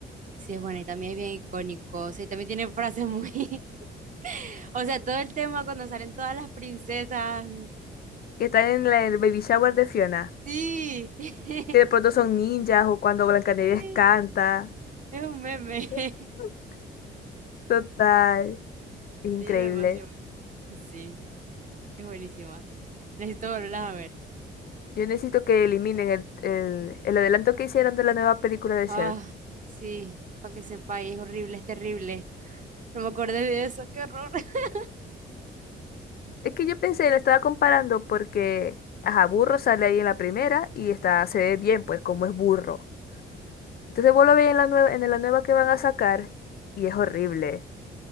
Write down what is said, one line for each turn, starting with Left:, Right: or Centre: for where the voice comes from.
Right: Sí, es buena y también es bien icónico. O sea, y también tiene frases muy... <laughs> O sea, todo el tema cuando salen todas las princesas.
Left: Que están en la- el baby shower de Fiona.
Right: Sí, <laughs>
Left: Que de pronto son ninjas o cuando Blancanieves
Right: sí,
Left: canta.
Right: es un meme.
Left: <laughs>
Right: <laughs>
Left: Total. Increíble.
Right: Sí, es demasiado. bueno. Sí, es buenísima. Necesito volverlas a ver.
Left: Yo necesito que eliminen el, el, el adelanto que hicieron de la nueva película de
Right: Ah,
Left: Shrek.
Right: sí, para que sepáis, es horrible, es terrible. No me acordé de eso, qué horror. <laughs>
Left: Es que yo pensé, la estaba comparando porque, ajá, Burro sale ahí en la primera y está, se ve bien, pues, como es burro. Entonces vos lo ves en la nueva, en la nueva que van a sacar y es horrible.